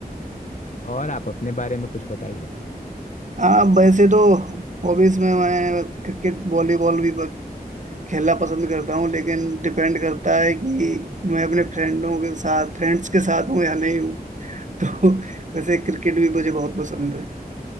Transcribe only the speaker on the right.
हाँ वैसे तो हॉबीज में मैं क्रिकेट वॉलीबॉल भी खेलना पसंद करता हूँ लेकिन डिपेंड करता है कि मैं अपने फ्रेंडों के साथ फ्रेंड्स के साथ हूँ या नहीं हूँ <laughs> तो वैसे क्रिकेट भी मुझे बहुत पसंद है